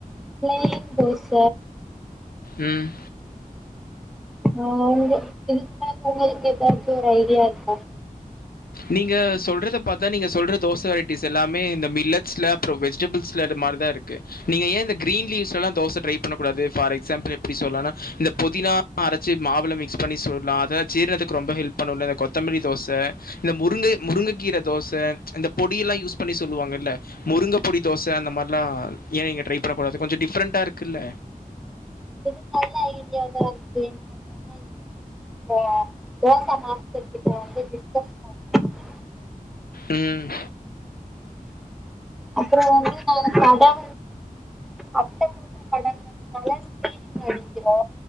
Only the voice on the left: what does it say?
ம்
நீங்க சொல்றத பாரத்தா நீங்க சொல்ற தோச வெரைட்டிஸ் எல்லாமே இந்த மில்லட்ஸ்ல அப்பற வெஜிடபிள்ஸ் ல இது மாதிரி தா இருக்கு நீங்க ஏய இந்த கிரீன் லீவஸ் எல்லா தோச ட்ரை பண்ணக் கூடாது பார் எக்ஸாம்பி எப்டி சொல்லா இந்த புதினா அரச்சு மாவுல மிக்ஸ் பண்ணி சூடுல்லடலா அதால் ஜீரணத்துக்கு ரொம்ப ஹெல்ப் பண்ணுலா இந்த கொத்தமல்லி தோச இந்த முருங்க முருங்கைக்கீரை தோச இந்த பொடிய எல்லா யூஸ் பண்ணி சொல்லுவாங்கல்ல முருங்க பொடி தோச அந்த மாதிரிலா ஏய நீங்க ட்ரை பண்ணக்கூடாது கொஞ்ச டிஃப்ரண்டா இருக்குல்ல
ம்